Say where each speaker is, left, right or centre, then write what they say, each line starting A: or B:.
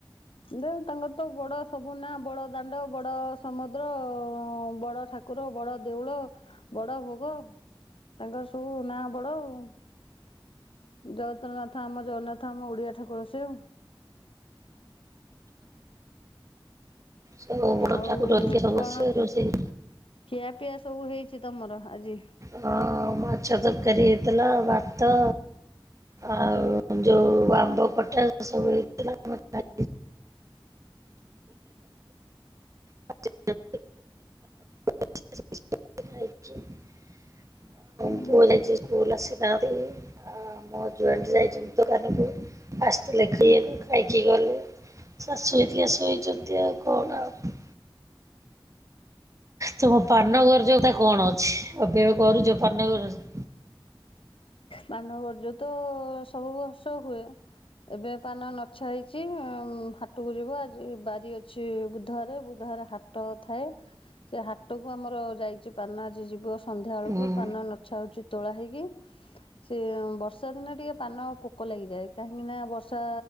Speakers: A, on the left (about 85°); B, on the right (about 35°).
A: ଦେ ତାଙ୍କର ତ ବଡ ସବୁ ନା ବଡ ଦାଣ୍ଡ ବଡ ସମୁଦ୍ର ବଡ ଠାକୁ କୁର ବଡ ଦେଉଳ ବଡ ଭୋଗ। ତାଙ୍କର ସବୁ ନାଁ ବଡ ଆଉ। ଜଗତରନାଥ ଆମ ଜଗନ୍ନାଥ ଆମ ଓଡିଆ ଠାକୁର ସେ।
B: ସବୁ ବଡ
A: ଆଉ
B: ଠାକୁର ହେରିକା ସବୁ
A: କଣ
B: ଆସିବେ ରୋଷେଇ
A: ଖିଆପିଆ ସବୁ ହେଇଛି ତମର ଆଜି?
B: ହ ମାଛ ତରକାରୀ ହେଇଥିଲା, ଭାତ ଆଉ ଯୋଉ ଆମ୍ବ କଟା ସବୁ ହେଇଥିଲା। ଆମେ ଖାଇ <unintelligible> <unintelligible> ତମ ପୁଅ ଯାଇଛି
A: ହୁଁ
B: ସ୍କୁଲ ଆସିନା। ଆଉ ମୋ ହଜବେନ୍ଟ ଯାଇଛନ୍ତି ଦୋକାନକୁ ଆସିଥିଲେ ଖାଇବାକୁ ଖାଇକି ଗଲେ। ଶାଶୁ ଏଠିକିଆ ଶୋଇଛନ୍ତି ଆଉ କଣ ଆଉ। ତମ ପାନଗରଜ ତା କଣ ଅଛି, ଏବେ କରୁଛ ପାନଗରଜା?
A: ମାନବର୍ଯ୍ୟ ତ ସବୁ ବର୍ଷ ହୁଏ। ଏବେ ପାନ ନଛା ହେଇଛି ହାଟକୁ ଯିବ ଆଜି ବାରି ଅଛି ବୁଧବାରେ ବୁଧବରେ ହା ହାଟ ଥାଏ ସେ ହାଟ କୁ ଆମର ଯାଇଛି ପାନ ଆଜି ଯିବ। ସନ୍ଧ୍ୟା ବେଳକୁ
B: ହୁଁ।
A: ପାନ ନଛା ହଉଛି ତୋଳା ହେଇକି ସେ ବର୍ଷା ଦିନେ ଟିକେ ପାନ ପୋକ ଲାଗିଯାଏ କାହିଁକିନା ବର୍ଷା